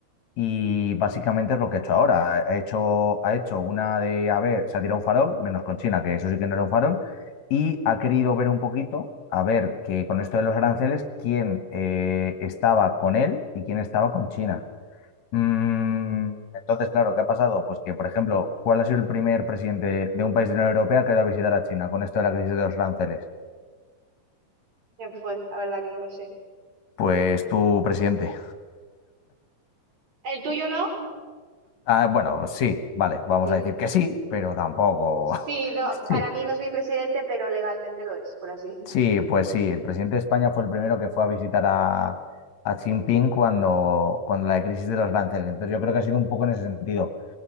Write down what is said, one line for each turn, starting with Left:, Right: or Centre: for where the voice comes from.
Left: Y básicamente es lo que ha hecho ahora. Ha hecho, ha hecho una de, a ver, se ha tirado un farol, menos con China, que eso sí que no era un farol, y ha querido ver un poquito, a ver, que con esto de los aranceles, quién eh, estaba con él y quién estaba con China. Mm, entonces, claro, ¿qué ha pasado? Pues que, por ejemplo, ¿cuál ha sido el primer presidente de un país de la Unión Europea que ha ido a visitar a China con esto de la crisis de los aranceles?
Right: ¿Quién fue? La verdad que no lo sé.
Left: Pues tu presidente.
Right: ¿El tuyo no?
Left: Ah, bueno, sí, vale, vamos
Right: Sí.
Left: a decir que sí, pero tampoco.
Right: Sí,
Left: <laughs>
Right: no,
Left: Sí.
Right: para mí no es mi presidente, pero legalmente lo es, por así
Left: Sí,
Right: decirlo.
Left: pues sí, el presidente de España fue el primero que fue a visitar a, a Xi Jinping cuando, cuando la crisis de los aranceles. Entonces yo creo que ha sido un poco en ese sentido.